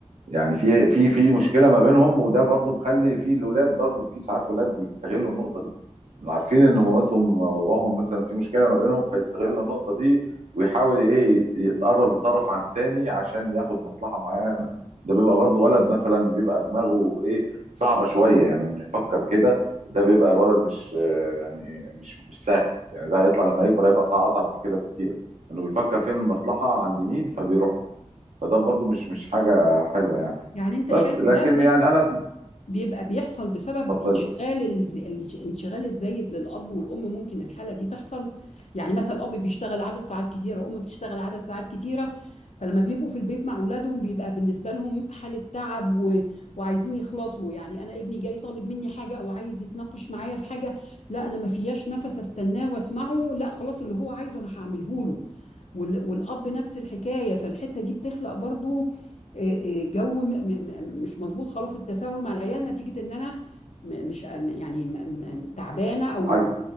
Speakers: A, on the right; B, on the left.
A: يعني في في في مشكله ما بينهم وده برضو مخلي في الاولاد برضو في ساعات ولاد بيستغلوا النقطه دي عارفين ان مامتهم وباباهم مثلا في مشكله ما بينهم فيستغل النقطه دي ويحاول ايه يت- يتقرب لطرف عن التاني عشان ياخد مصلحه معينه ده بيبقى برضو ولد مثلا بيبقى دماغه ايه صعبه شويه يعني انه يفكر كده ده بيبقى ولد مش آه، يعني مش مش سهل يعني ده هيطلع لما يكبر هيبقى صعب اصعب من كده بكتير انه بيفكر فين المصلحه عند مين فبيروح له فده برضو مش مش حاجه حلوه يعني
B: يعني انت
A: بس
B: شايف
A: لكن
B: ده
A: يعني انا
B: بيبقى بيحصل بسبب
A: اتفضلي
B: انشغال الز... الج- الانشغال الزايد للأب والأم ممكن الحالة دي تحصل يعني مثلا الأب بيشتغل عدد ساعات كتيرة وأم بتشتغل عدد ساعات كتيرة فلما بيبقوا في البيت مع أولادهم بيبقى بالنسبة لهم حالة تعب و... وعايزين يخلصوا يعني أنا ابني جاي طالب مني حاجة أو عايز يتناقش معايا في حاجة لا أنا ما فياش نفس أستناه وأسمعه لا خلاص اللي هو عايزه أنا هعمله له وال- والأب نفس الحكاية فالحتة دي بتخلق برضو آه، آه، جو م- م- م- مش مظبوط خالص التساهل مع العيال نتيجة إن أنا م- مش آه، م- يعني م- م- تعبانة أو
A: عايز